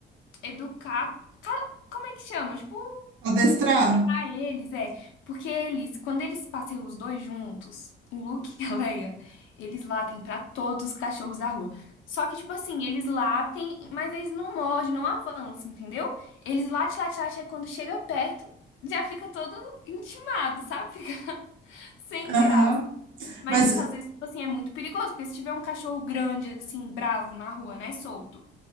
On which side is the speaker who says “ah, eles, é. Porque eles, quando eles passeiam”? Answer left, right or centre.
Left